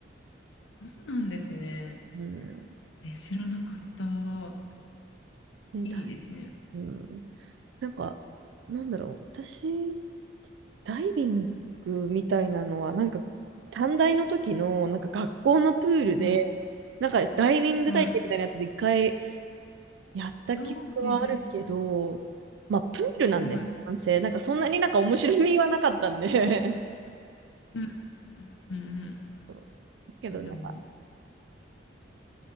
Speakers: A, on the left; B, on the right.
A: そうなんですね。
B: うん。
A: え、知らなかった。
B: うね、
A: いいですね。
B: だうん。なんか、なんだろう、私、ダイビングみたいなのは、なんか、短大の時の、なんか学校のプールで、
A: はい。
B: なんかダイビング体験みたいなやつで一回
A: はい。
B: やった記憶はあるけど、
A: ああ、へえへ
B: まあ、プールなんでね、
A: え。はい。
B: 男性、なんかそんなになんか面白みはなかったんで
A: うんうんうんうんうんうん。
B: <laughs> そう。けど、
A: まあでも、
B: なんか、